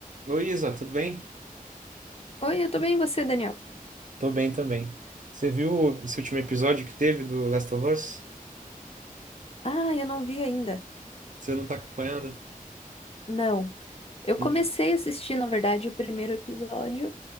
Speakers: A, on the right (about 60°); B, on the left (about 40°).
A: Luísa, tudo bem?
B: Oi, eu tô bem, e você, Daniel?
A: Tô bem também. Você viu esse último episódio que teve do Last of Us?
B: Ah, eu não vi ainda.
A: Você não tá acompanhando?
B: Não. Eu
A: Não
B: comecei
A: vi-
B: a assistir, na verdade, o primeiro episódio,